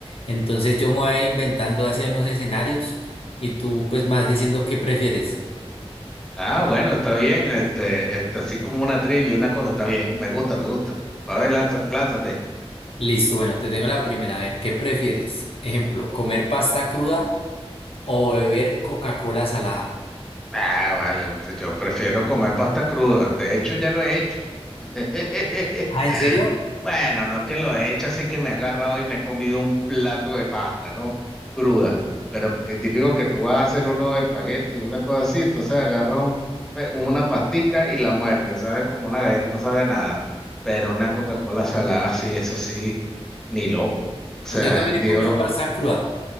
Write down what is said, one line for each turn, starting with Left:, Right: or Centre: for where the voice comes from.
Left: Entonces yo me voy a ir inventando hacia unos escenarios y tú pues más diciendo qué prefieres.
Centre: Ah, bueno, está bien, este, este, así como una trivia, una cosa, está bien, me gusta, me gusta. A ver, lánzate, lánzate.
Left: Listo, bueno, te tengo la primera. A ver, ¿qué prefieres? Ejemplo, ¿comer pasta cruda o beber Coca-Cola salada?
Centre: Ah, vale, yo prefiero comer pasta cruda, de hecho ya lo he hecho. <laughs>
Left: Ah, ¿en serio?
Centre: Bueno, no es que lo he hecho así que me he agarrado y me he comido un plato de pasta, ¿no? Cruda. Pero que típico que tú vas a hacer uno de espagueti, una cosa así, entonces agarras un pe- una pastica y la muerdes, sabe como una galleta, no sabe a nada. Pero una Coca-Cola salada, sí, eso sí, ni loco. O sea,
Left: Yo también
Centre: ni
Left: he comido
Centre: oro.
Left: pasta cruda.